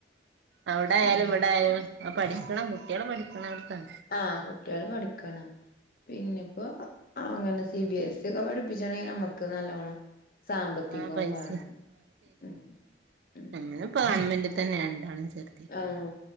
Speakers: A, on the right; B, on the left.
A: അവിടെ ആയാലും
B: അങ്ങനെയൊക്കെ
A: ഇവിടെ ആയാലും പഠിക്കണം കുട്ടികള് പഠിക്കണടത്ത
B: ആഹ കുട്ടികള് പഠിക്കണം. പിന്നെപ്പോ അങ്ങനെ സി ബി എസ് ഇ ഒക്കെ പഠിപ്പിച്ചണെങ്കി നമ്മുക്ക് ക്ക് നല്ലോണം സാമ്പത്തികവും
A: ആഹ് പൈസ
B: വേണം ഉം ഉം
A: ഞങള് ഗവൺമെന്റിൽ തന്നെ രണ്ടാളേം ചേർത്തീത്
B: ആഹ്